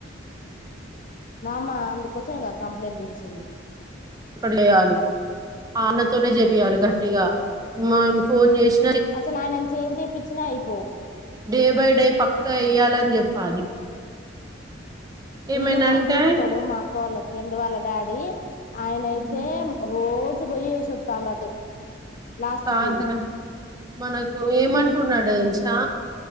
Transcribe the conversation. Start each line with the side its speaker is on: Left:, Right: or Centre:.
Left: మామా అందుకోసం ఇంకా కంప్లైంట్ ఇచ్చింది
Right: అక్కడ వయాలి అన్నతోనే చెపయాలి గట్టిగా మం ఫోన్ చేసి
Left: అసలు ఆయనను చేంజ్ చేయిచ్చినా అయి పోవు
Right: డే బై డే పక్క వయ్యాలని చెప్పాలి ఏమైనా
Left: ఇంకొక
Right: అంటే
Left: అంకులు ఏస్తాడు మా అక్క వాళ్ళ ఫ్రెండ్ వాళ్ళ డాడీ ఆయనయితే
Right: "ఉమ్,
Left: రోజు పొయ్యి ఏసీ వాతండు అటు లాస్ట్
Right: కాదురా
Left: కింది
Right: మనకు ఏమంటున్నాడు తెలుసా సా